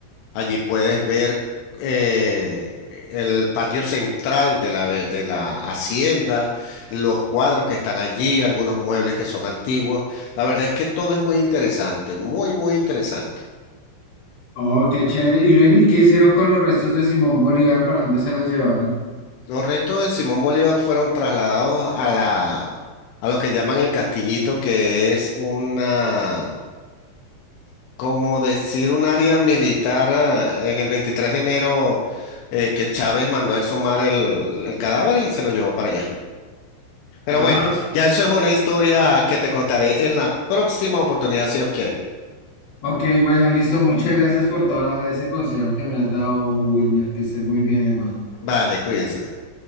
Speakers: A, on the left; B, on the left.
A: Allí puedes ver eh, el patio central de la, ve- de la hacienda, los cuadros que están allí, algunos muebles que son antiguos. La verdad es que todo es muy interesante, muy, muy interesante.
B: Oh, qué chévere. Y ven, ¿y qué hicieron con los restos de Simón Bolívar? ¿Para dónde se los llevaron?
A: Los restos de Simón Bolívar fueron trasladados a la, a lo que llaman el Castillito, que es una, como decir, un área militar eh, en el 23 de enero eh, que Chávez mandó a exhumar el, el cadáver y se lo llevó para allá. Pero
B: Ah,
A: bueno, ya eso es una historia que te contaré en la próxima oportunidad, si Dios quiere.
B: ok, bueno, listo. Muchas gracias por todo ese consejo que me has dado, Wilmer. Que estés muy bien, hermano.
A: Vale, cuídense. pues.